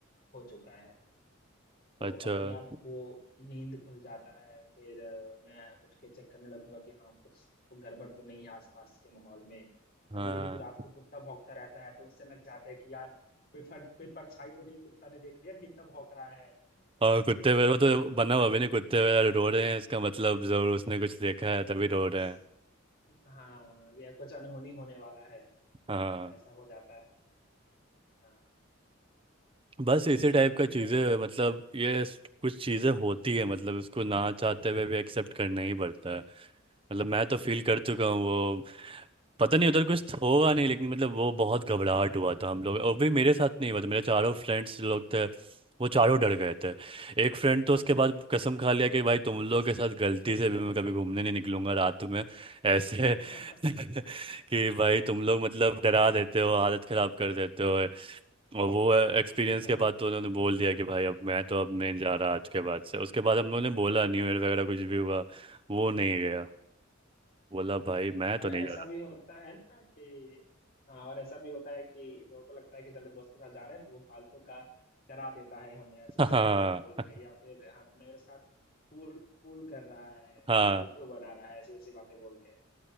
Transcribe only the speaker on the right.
अच्छा
हाँ
और कुत्ते
वेरो तो बना हुआ भी नहीं कुत्ते वेरा रो रहे हैं इसका मतलब जरूर उसने कुछ देखा है तभी रो
रहे हैं
हाँ
बस
इसी टाइप का
चीज़ें
मतलब ये स- कुछ चीज़ें होती है मतलब इसको ना चाहते हुए भी एक्सेप्ट करना ही पड़ता है मतलब मैं तो फील कर चुका हूँ वो पता नहीं उधर कुछ होगा नहीं लेकिन मतलब वो बहुत घबराहट हुआ था हम लोग और भी मेरे साथ नहीं हुआ था मेरे चारों फ्रेंड्स लोग थे वो चारों डर गए थे एक फ्रेंड तो उसके बाद कसम खा
लिया कि भाई तुम लोगों के साथ गलती से भी मैं कभी घूमने नहीं निकलूंगा रात में ऐसे
<laughs> कि भाई तुम लोग मतलब डरा देते हो हालत खराब कर देते हो और वो एक्सपीरियंस
के बाद तो उन्होंने बोल दिया कि भाई अब मैं तो अब नहीं जा रहा आज के बाद से उसके बाद हम लोगों ने बोला न्यू ईयर वगैरह कुछ भी हुआ वो नहीं गया बोला भाई मैं
तो नहीं
जा
हाँ
हाँ